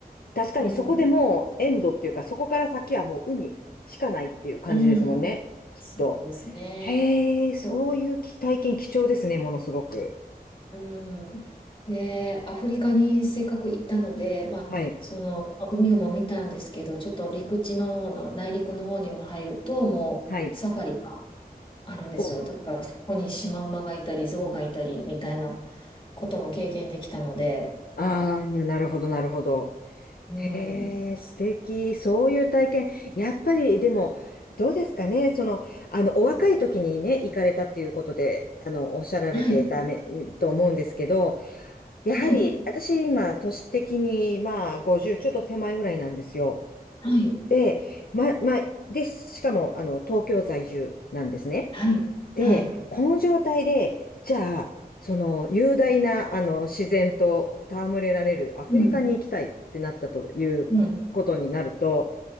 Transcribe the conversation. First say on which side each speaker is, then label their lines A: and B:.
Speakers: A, on the left; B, on the left.
A: 確かにそこでもうエンドっていうか、
B: うん、
A: そこから先はもう海しかないっていう感じですもんね。
B: うん、
A: きっと。
B: そうですね。
A: へえ、
B: そう
A: そういうき体験貴重ですね、ものすごく。
B: うん。で、アフリカにせっかく行ったので、まあ、
A: はい。
B: その、まあ海も見たんですけど、ちょっと陸地の方の、内陸の方にも入ると、もうサファリが
A: はい。
B: あるんですよ。
A: お、
B: だから、そこにシマウマがいたり、ゾウがいたり、みたいなことも経験できたので、
A: ああ、なるほど、なるほど。
B: うん。
A: へえ、素敵。そういう体験。やっぱり、でも、どうですかね。その、あの、お若い時にね、行かれたっていうことで、あの、おっしゃられてため、
B: はい、
A: と思うんですけど、やはり、
B: はい、
A: 私、今、年的に、まあ、50ちょっと手前ぐらいなんですよ。
B: はい、
A: で、ま、まあ、で、しかも、あの、東京在住なんですね。
B: はい、
A: で、
B: はい。
A: この状態で、じゃあ、その雄大なあの自然と戯れられるアフリカに行きたいってなったということになると、
B: うん、うん、